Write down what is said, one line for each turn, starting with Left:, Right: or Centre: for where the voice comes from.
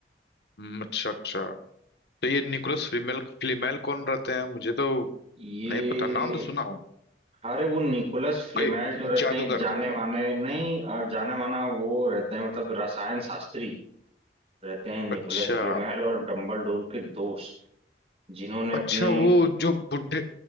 Left: हम्म, अच्छा अच्छा तो ये निकोलस फ्लीमेल फ्लीमेल कौन रहते हैं मुझे तो
Right: ये
Left: नहीं पता नाम तो सुना हो
Right: अरे वो निकोलस फ्लेमेल
Left: कोई
Right: जो रहते
Left: जादूगर
Right: हैं एक जाने माने नहीं अ, जाने माना वो रहते हैं मतलब रसायन शास्त्री रहते हैं निकोलस
Left: अच्छा
Right: फ्लीमेल और डम्बलडोर के दोस्त जिन्होंने
Left: अच्छा
Right: अपने
Left: वो जो बुढ़े